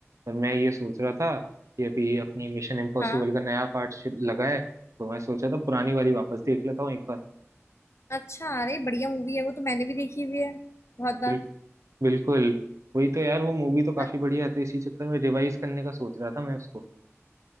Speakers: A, on the right; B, on the left.
A: पर मैं ये सोच रहा था कि अभी अपनी मिशन इम्पॉसिबल
B: हाँ
A: का नया पार्ट लगा है तो मैं सोचा था पुरानी वाली वापस देख लेता हूँ एक बार
B: अच्छा अरे बढ़िया मूवी है वो तो मैंने भी देखी हुई है बहुत बार
A: बिल, बिल्कुल वही तो यार वो मूवी तो काफी
B: अ-
A: बढ़िया है तो इसी चक्कर में रिवाइज करने का सोच रहा था मैं उसको